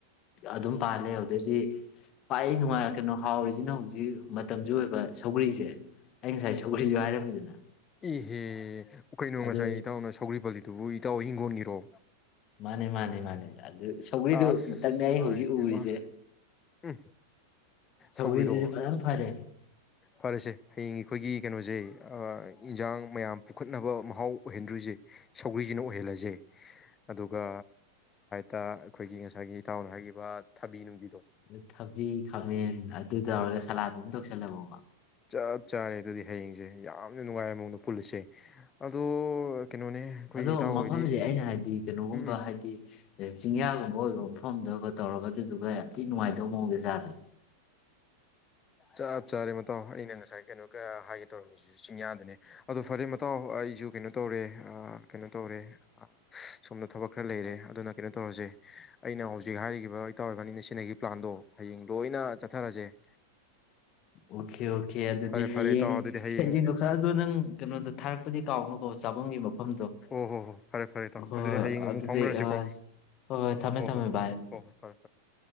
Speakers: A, on the left (about 35°); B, on the left (about 20°).
A: ꯑꯗꯨꯝ ꯄꯥꯜꯂꯦ ꯑꯗꯨꯗꯗꯤ ꯄꯏ ꯅꯨꯡꯉꯥꯏꯔ ꯀꯩꯅꯣ ꯍꯥꯎꯔꯤꯁꯤꯅ ꯍꯧꯖꯤꯛ ꯃꯇꯝꯁꯨ ꯑꯣꯏꯕ ꯁꯧꯒ꯭ꯔꯤꯁꯦ ꯑꯩ ꯉꯁꯥꯏ ꯁꯧꯒ꯭ꯔꯤꯁꯨ ꯍꯥꯏꯔꯝꯃꯤꯗꯅ
B: ꯏꯍꯦ ꯀꯩꯅꯣ ꯉꯁꯥꯏ
A: ꯑꯗꯨ
B: ꯏꯇꯥꯎꯅ ꯁꯧꯒ꯭ꯔꯤ ꯄꯂꯤꯗꯨꯕꯨ ꯏꯇꯥꯎ ꯍꯤꯡꯒꯣꯟꯒꯤꯔꯣ
A: ꯃꯥꯅꯦ ꯃꯥꯅꯦ ꯃꯥꯅꯦ ꯑꯗꯨ ꯁꯧꯒꯔꯤꯗꯨ
B: ꯑꯁ
A: ꯉꯥꯛꯇꯪꯅꯦ ꯑꯩ ꯍꯧꯖꯤꯛ
B: ꯂꯥꯏ ꯄꯦꯝꯃ
A: ꯎꯔꯤꯁꯦ
B: ꯎꯝ
A: ꯁꯧꯒꯔꯤꯁꯤꯁꯨ
B: ꯁꯧꯒ꯭ꯔꯤꯗꯣ
A: ꯐꯖꯅ ꯐꯔꯦ
B: ꯐꯔꯁꯦ ꯍꯌꯦꯡ ꯑꯩꯈꯣꯏꯒꯤ ꯀꯩꯅꯣꯁꯦ ꯏꯟꯁꯥꯡ ꯃꯌꯥꯝ ꯄꯨꯈꯠꯅꯕ ꯃꯍꯥꯎ ꯑꯣꯏꯍꯟꯗꯣꯔꯤꯁꯦ ꯁꯧꯒ꯭ꯔꯤꯁꯤꯅ ꯑꯣꯏꯍꯜꯂꯁꯦ ꯑꯗꯨꯒ ꯗ ꯑꯩꯈꯣꯏꯒꯤ ꯉꯁꯥꯏꯒꯤ ꯏꯇꯥꯎꯅ ꯍꯥꯏꯈꯤꯕ ꯊꯕꯤ ꯅꯨꯡꯕꯤ
A: ꯑ ꯊꯕꯤ ꯈꯥꯃꯦꯟ ꯑꯗꯨ ꯇꯧꯔꯒ ꯁꯂꯥꯗ ꯑꯗꯨꯝ ꯊꯣꯛꯣꯛꯁꯜꯂꯕꯣ
B: ꯆꯥ ꯆꯥꯔꯦ ꯑꯗꯨꯗꯤ ꯍꯌꯦꯡꯁꯦ ꯌꯥꯝꯅ ꯅꯨꯡꯉꯥꯏ ꯃꯑꯣꯡꯗ ꯄꯨꯜꯂꯁꯦ ꯑꯗꯣ ꯀꯩꯅꯣꯅꯦ ꯑꯩꯈꯣꯏ
A: ꯑꯗꯣ
B: ꯏꯇꯥꯎ
A: ꯃꯐꯝꯁꯦ
B: ꯍꯣꯏꯗꯤ
A: ꯑꯩꯅ ꯍꯥꯏꯕꯗꯤ ꯀꯩꯅꯣꯒꯨꯝꯕ
B: ꯎꯝ ꯎꯝ
A: ꯍꯥꯏꯗꯤ ꯆꯤꯡꯌꯥꯒꯨꯝꯕ ꯑꯣꯏ ꯃꯐꯝꯗꯨꯒ ꯇꯧꯔꯒ ꯑꯗꯨꯗꯨꯒ ꯌꯥꯝ ꯊꯤꯅ ꯅꯨꯡꯉꯥꯏꯗꯕ ꯃꯑꯣꯡꯗꯦ ꯆꯥꯁꯩ
B: ꯆꯞ ꯆꯥꯔꯦ ꯃꯇꯥꯎ ꯑꯩꯅ ꯉꯁꯥꯏ ꯀꯩꯅꯣ ꯍꯥꯏꯒꯦ ꯇꯧꯔꯝꯃꯤꯁꯤꯁꯨ ꯆꯤꯡꯌꯥꯗꯅꯦ ꯑꯗꯣ ꯐꯔꯦ ꯃꯇꯥꯎ ꯑꯩꯁꯨ ꯀꯩꯅꯣ ꯇꯧꯔꯦ ꯀꯩꯅꯣ ꯇꯧꯔꯦ ꯁꯣꯝꯗ ꯊꯕꯛ ꯈꯔ ꯂꯩꯔꯦ ꯑꯗꯨꯅ ꯀꯩꯅꯣ ꯇꯧꯔꯁꯦ ꯑꯩꯅ ꯍꯧꯖꯤꯛ ꯍꯥꯏꯈꯤꯕ ꯏꯇꯥꯎ ꯑꯣꯏꯕꯥꯅꯤꯅ ꯁꯤꯅꯒꯤ ꯄ꯭ꯂꯥꯟꯗꯣ ꯍꯌꯦꯡ ꯂꯣꯏꯅ ꯆꯠꯊꯔꯁꯦ
A: ꯑꯣ ꯑꯣꯀꯦ ꯑꯣꯀꯦ ꯑꯗꯨꯗꯤ
B: ꯐꯔꯦ
A: ꯍꯌꯦꯡ
B: ꯐꯔꯦ ꯏꯇꯥꯎ ꯑꯗꯨꯗꯤ ꯍꯌꯦꯡ
A: ꯍꯌꯦꯡꯗꯣ ꯈꯔꯗꯣ ꯅꯪ ꯀꯩꯅꯣꯗꯣ ꯊꯥꯔꯛꯄꯗꯤ ꯀꯥꯎꯅꯣ ꯀꯧꯁꯦ ꯆꯥꯕꯨꯡꯒꯤ ꯃꯐꯝꯗꯣ
B: ꯍꯣ ꯍꯣ ꯍꯣ ꯐꯔꯦ ꯐꯔꯦ ꯏꯇꯥꯎ
A: ꯍꯣꯏ
B: ꯑꯗꯨꯗꯤ
A: ꯍꯣꯏ
B: ꯍꯌꯦꯡ ꯑꯃꯨꯛ
A: ꯑꯗꯨꯗꯤ
B: ꯐꯥꯎꯅꯔꯁꯤꯀꯣ
A: ꯍ ꯍꯣꯏ ꯍꯣꯏ ꯊꯝꯃꯦ
B: ꯍꯣ
A: ꯊꯝꯃꯦ
B: ꯍꯣ ꯍꯣ
A: ꯚꯥꯏ ꯑꯗꯨꯗꯤ
B: ꯍꯣ ꯍꯣ ꯐꯔꯦ ꯐꯔꯦ